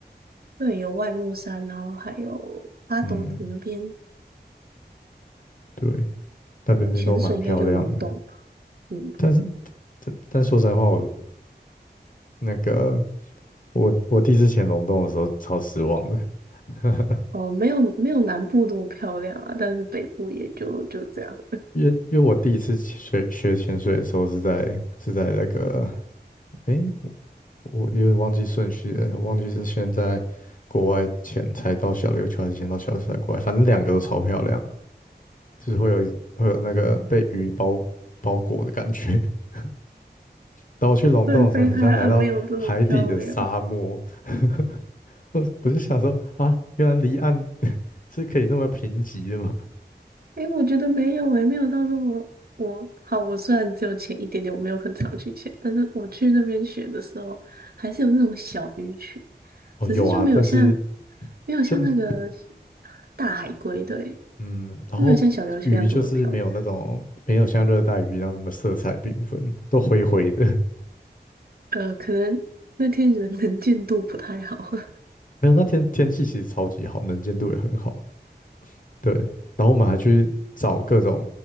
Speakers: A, on the right (about 60°); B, on the left (about 50°).
A: 对，有外木山，然后还有阿斗子那边，
B: 嗯，对。那边的都蛮漂亮的。
A: 呃，潜水应该就龙洞吧。嗯，
B: 但是，但但说实在话，我那个我我第一次潜龙洞的时候超失望的，<laughs>
A: 哦，没有没有南部那么漂亮啊，但是北部也就就这样。
B: 因为因为我第一次去水学潜水的时候是在是在那个，诶，我我有点忘记顺序了，我忘记是先在国外潜才到小琉球，还是先到小琉球再国外，反正两个都超漂亮，就是会有一会有那个被鱼包包裹的感觉。
A: 嗯，
B: <laughs> 当我去龙洞的时候，
A: <laughs> 对，北海岸没有这么漂亮。
B: 很像来到海底的沙漠。<laughs> 我我就想说啊，原来离岸是可以那么贫瘠的吗？
A: 诶，我觉得没有诶，没有到那么我好。我虽然只有潜一点点，我没有很常去潜，但是我去那边学的时候，还是有那种小鱼群，
B: <laughs> 哦，
A: 只是就没有像
B: 有啊，但是
A: 没有像那个
B: 就没
A: 大海龟，对，
B: 嗯，然后鱼就是没有那种没有像热带鱼一样那么色彩缤纷，
A: 就没有像小琉球一样这么漂亮。
B: 都灰灰的。
A: 呃，可能那天人能见 <laughs> 度不太好。<laughs>
B: <laughs> 没有，那天天气其实超级好，能见度也很好。对，然后我们还去找各种